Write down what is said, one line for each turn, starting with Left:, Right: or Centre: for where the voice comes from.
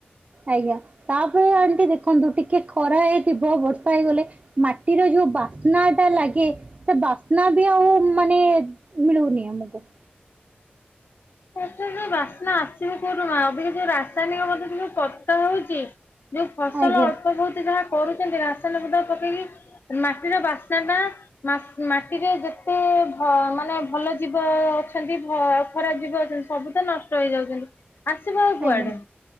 Right: ଆଜ୍ଞା ତାପରେ ଆଣ୍ଟି ଦେଖନ୍ତୁ ଟିକେ ଖରା ହେଇଥିବ ବର୍ଷ ପାଇଗଲେ ମାଟିର ଯୋଉ ବାସ୍ନା ଟା ଲାଗେ ସେ ବାସ୍ନା ବି ଆଉ ମାନେ ମିଳୁନି ଆମକୁ।
Left: ଏତେ ଯୋଉ ବାସ୍ନା ଆସିବ କଉଠୁ ମା ଏବିକା ଯୋଉ ରାସାୟନିକ ପଦ୍ଧତି <unintelligible> ହଉଚି। ଯୋଉ ଫସଲ
Right: ଆଜ୍ଞା
Left: ଅଳ୍ପବହୁତ ଯାହା କରୁଛନ୍ତି ରାସାୟନିକ ପଦାର୍ଥ ପକେଇକି ମାଟିର ବାସ୍ନା ଟା ମାସ୍ ମାଟିରେ ଯେତେ ଭ ମାନେ ଭଲ ଜୀବ ଅଛନ୍ତି ଭ ଖରା ଜୀ ଛନ୍ତି ସବୁ ତ ନଷ୍ଟ ହେଇଯାଉଚନ୍ତି ଆସିବ ଆଉ କୁଆଡେ।
Right: ଆଜ୍ଞା।